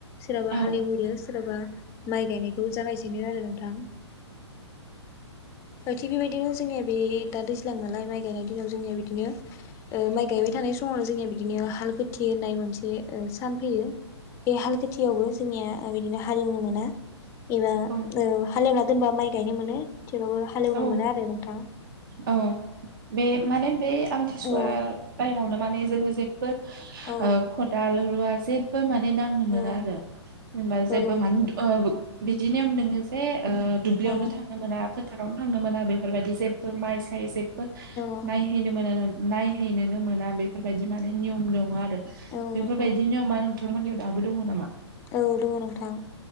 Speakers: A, on the left; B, on the right.
A: सोराबा
B: औ
A: हालेवयो सोराबा माइ गायनायखौ जागायजेनो आरो नोंथां। ओ थिग बेबायदिनो जोंनिया बे दा दैज्लां नालाय माइ गायनाय दिनाव जोंनिया बिदिनो ओ माइ गायबाय थानाय स समआवनो जोंनिया बिदिनो हाल गो थि होननाय मोनसे ओ सान फैयो बे हाल खेथियावबो जोंनिया ओ बिदिनो हालेवनो मोना एबा
B: औ
A: ओ हालेवना दोनबा माइ गायनो मोनो। थेवबाबो हालेवनो
B: औ
A: मोना आरो नोंथां।
B: औ बे माने बे आमथिसुवा
A: औ
B: टाइमावनो माने जों जेब्बो
A: औ
B: ओ खदाल, रुवा जेब्बो माने दांनो मोना
A: औ
B: आरो जेनबा
A: औ
B: जेब्बो मान अ बिदि नियाम दोङो जे ओ दुब्लियावनो
A: औ
B: थांनो मोना फोथारावनो थांनो मोना बेफोरबायदि जेब्बो माइ साय जेब बो
A: औ
B: नायहैनो मोनो नायहैनोनो मोना बेफोरबायदि माने नियम दङ आरो।
A: औ
B: बेफोरबायदि
A: नंगौ
B: नियमा नोंथांमोननियाव दाबो दङ नामा?
A: औ दङ नोंथां